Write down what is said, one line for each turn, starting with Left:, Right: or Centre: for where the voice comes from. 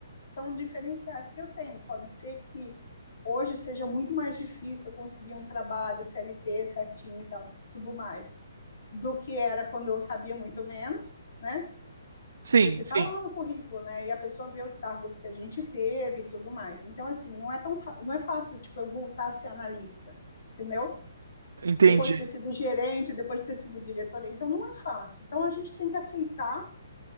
Left: são diferenciais que eu tenho. Pode ser que hoje seja muito mais difícil eu conseguir um trabalho CLT certinho e tal, tudo mais, do que era quando eu sabia muito menos, né?
Right: Sim,
Left: Porque tá
Right: sim.
Left: lá no currículo, né? E a pessoa vê os cargos que a gente teve e tudo mais. Então, assim, não é tão não é fácil, tipo, eu voltar a ser analista, entendeu?
Right: Entendi.
Left: Depois de ter sido gerente, depois de ter sido diretora. Então, não é fácil. Então, a gente tem que aceitar